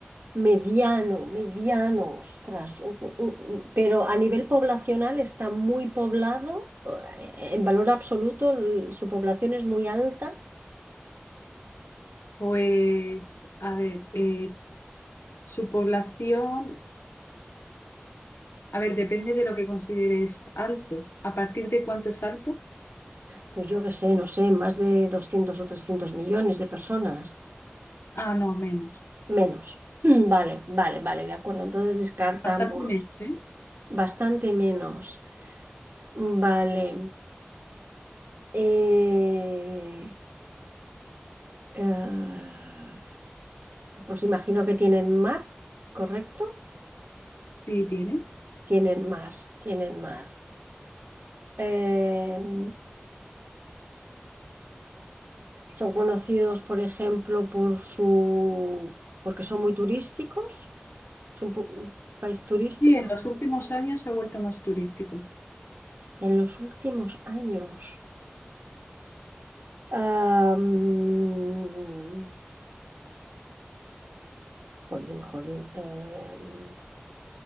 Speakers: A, on the right (about 65°); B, on the left (about 75°).
A: mediano, mediano, ostras, u- u- u- pero a nivel poblacional está muy poblado, eh, en valor absoluto l- su población es muy alta,
B: Pues, a ver, eh, su población, a ver, depende de lo que consideres alto. ¿A partir de cuánto es alto?
A: pues yo qué sé, no sé, más de 200 o trescientos millones de personas,
B: Ah, no, menos.
A: menos. <clears throat> Mm, Vale, vale, vale, de acuerdo, entonces descartamos
B: Bastante menos, ¿eh?
A: bastante menos. Vale. eh, eh, pues imagino que tienen mar, ¿correcto?
B: Sí, tiene.
A: Tienen mar, tienen mar. Em, son conocidos, por ejemplo, por su, porque son muy turísticos, es un, pu- un país turístico.
B: Sí, en los últimos años se ha vuelto más turístico.
A: En los últimos años, am, jolín, jolín, em,